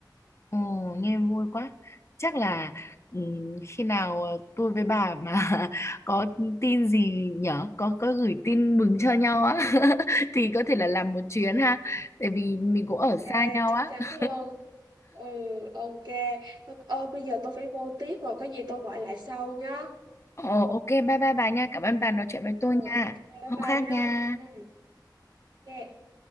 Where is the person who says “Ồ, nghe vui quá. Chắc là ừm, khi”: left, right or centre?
Left